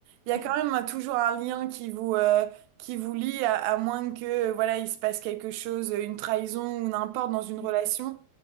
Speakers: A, on the right; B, on the right.
A: il
B: mm,
A: y a quand même un- toujours un lien qui vous, euh, qui vous lie, à, à moins que euh, voilà, il se passe quelque chose, euh, une trahison ou n'importe dans une
B: mm,
A: relation.
B: mm,